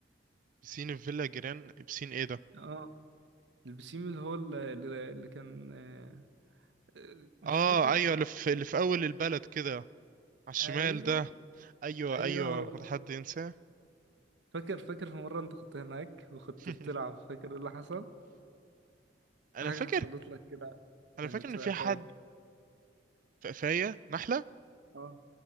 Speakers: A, on the right; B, on the right.
A: بسين الفيلا جيران بسين ايه ده
B: اه البسيم اللي هو اللي, اللي كان آه، آه، مش
A: اه
B: فاكر
A: ايوه اللي في اللي في اول البلد كده على الشمال
B: ايوه
A: ده ايوه
B: ايوه
A: ايوه
B: هو
A: هو ده حد ينساه
B: فاكر فاكر في مرة انت كنت هناك وكنت
A: <laughs>
B: بتلعب فاكر ايه اللي حصل؟
A: انا
B: في حاجة
A: فاكر
B: حصلت لك كده
A: انا
B: كانت
A: فاكر ان
B: واقفاك
A: في حد في قفاية نحلة
B: اه